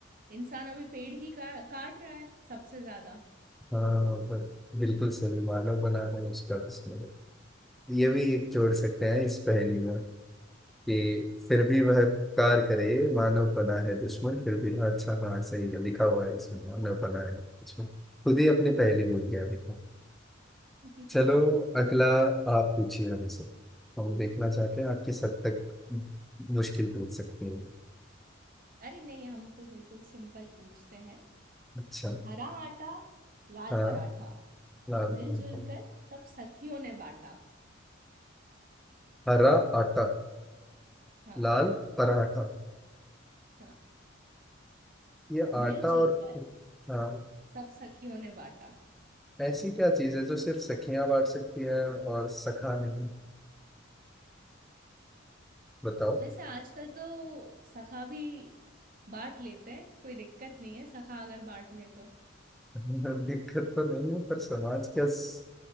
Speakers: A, on the right (about 45°); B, in the centre.
A: इंसान अभी पेड़ ही का, काट रहा है सबसे ज्यादा
B: हाँ बस, बिल्कुल सही मानव बना है उसका बिस्मिल्लाह ये भी एक जोड़ सकते हैं इस पहेली में कि फिर भी वह उपकार करे मानव बना है दुश्मन फिर भी हाँ, अच्छा हाँ सही है लिखा हुआ है इसमें मानव बना है दुश्मन खुद ही अपनी पहेली भूल गया देखो
A: बिल्कुल
B: चलो
A: <laughs>
B: अगला आप पूछिए हमसे हम देखना चाहते
A: बिल्कुल
B: हैं आप किस हद तक मुश्किल पूछ सकते हैं
A: अरे नहीं हम तो बिल्कुल सिंपल पूछते हैं
B: अच्छा
A: हरा आटा लाल
B: हाँ
A: पराठा
B: लाल
A: मिलजुल
B: पराठा।
A: कर सब सखियों ने बांटा
B: हरा आटा
A: हाँ
B: लाल पराठा
A: हाँ
B: ये आटा
A: मिलजुल
B: और
A: कर
B: हाँ
A: सब सखियों ने बांटा
B: ऐसी क्या चीज है जो सिर्फ सखियां बांट सकती है और सखा नहीं बताओ
A: वैसे आजकल तो सखा भी बांट लेते हैं कोई दिक्कत नहीं है सखा अगर बांट लें तो
B: <laughs> दिक्कत तो नहीं है पर समाज क्या स-